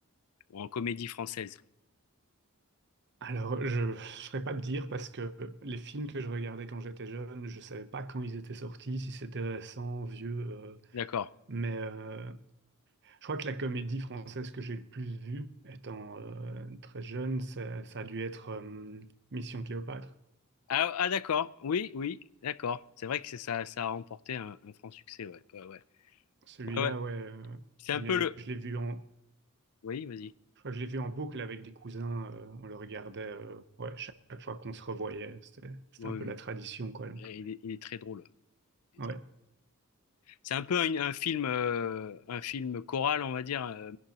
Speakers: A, on the left; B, on the right.
A: en comédie française?
B: Alors, je ne saurais pas te dire parce que les films que je regardais quand j'étais jeune, je savais pas quand ils étaient sortis, si c'était récent, vieux. euh,
A: D'accord.
B: Mais euh, je crois que la comédie française que j'ai le plus vue, étant euh, très jeune, ça, ça a dû être euh, Mission Cléopâtre.
A: Ah, ah, d'accord. Oui, oui, d'accord. C'est vrai que c'est ça, ça a remporté un, un franc succès. Ouais, ouais, ouais.
B: Celui-là,
A: Ouais, ouais.
B: ouais, euh,
A: C'est
B: je
A: un
B: l'ai,
A: peu le.
B: je l'ai vu en,
A: Oui, vas-y.
B: je crois que je l'ai vu en boucle avec des cousins. euh, on le regardait, euh, ouais, chaque, chaque fois qu'on se revoyait. C'était, c'était
A: Oui,
B: un peu
A: oui.
B: la tradition, quoi. Donc,
A: Eh,
B: ouais.
A: Il est, il est très drôle. Il
B: Ouais.
A: est très drôle. C'est un peu un, un film, euh, un film choral, on va dire. euh,